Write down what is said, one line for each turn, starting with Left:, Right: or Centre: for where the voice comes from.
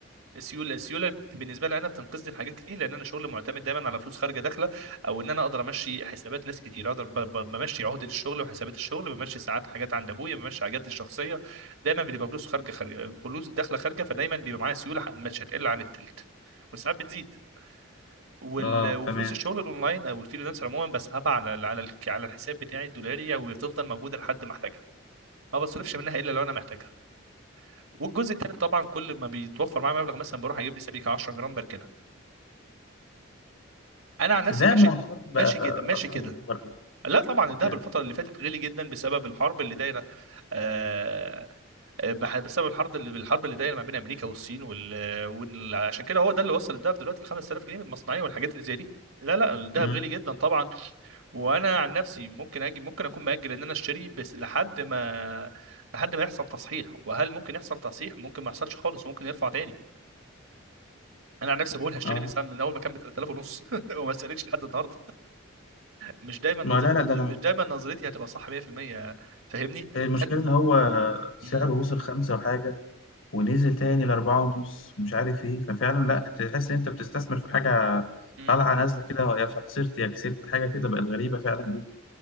Right: السيوله السيوله بالنسبه لي انا بتنقذني في حاجات كتير لان انا شغل معتمد دايما على فلوس خارجه داخله او ان انا اقدر امشي حسابات ناس كتير اقدر ب- ب- بمشي عهده الشغل وحسابات الشغل بمشي ساعات حاجات عند ابويا بمشي حاجات الشخصيه دايما بتبقى فلوس خارجه خارجه فلوس داخله خارجه فدايما بيبقى معايا سيوله مش هتقل عن التلت وساعات بتزيد وال...
Left: اه
Right: وفلوس
Left: تمام
Right: الشغل الاونلاين او الفريلانسر عموما بسحبها على ال- على ال- على الحساب بتاعي الدولاري وتفضل موجوده لحد ما احتاجها ما بصرفش منها الا لو انا محتاجها والجزء الثالث طبعا كل ما بيتوفر معايا مبلغ مثلا بروح اجيب لي سبيكه 10 جرام بركنها انا عن
Left: بس
Right: نفسي
Left: ده
Right: ماشي
Left: مؤخرا بقى
Right: ماشي كده ماشي
Left: اسعاره
Right: كده
Left: اوفر قوي
Right: لا طبعا الدهب
Left: يعني
Right: الفتره اللي فاتت غلي جدا بسبب الحرب اللي دايره آه آه، بح- بسبب الحرب اللي الحرب اللي دايره ما بين امريكا والصين وال... وال... عشان كده هو ده اللي وصل الدهب دلوقتي ل 5000 جنيه من المصنعيه والحاجات اللي زي دي لا لا الدهب
Left: مم.
Right: غلي جدا طبعا وانا عن نفسي ممكن اجي ممكن اكون مأجل ان انا اشتري بس لحد ما لحد ما يحصل تصحيح وهل ممكن يحصل تصحيح ممكن ما يحصلش خالص وممكن يرفع تاني انا عن نفسي بقول هشتري
Left: اه
Right: من ساعه من اول ما كان ب 3000 ونص <laughs> وما استنيتش لحد النهارده مش دايما نظرة
Left: ما لا لا ده
Right: مش
Left: انا من...
Right: دايما نظرتي هتبقى صح 100% فاهمني
Left: المشكله
Right: فانت
Left: ان هو سعره
Right: امم
Left: وصل خمسة وحاجه ونزل تاني لأربعة ونص ومش عارف ايه ففعلا لا تحس ان انت بتستثمر في حاجه
Right: امم
Left: طالعه نازله كده يا فخسرت يا كسبت حاجه كده بقت غريبه فعلا جدا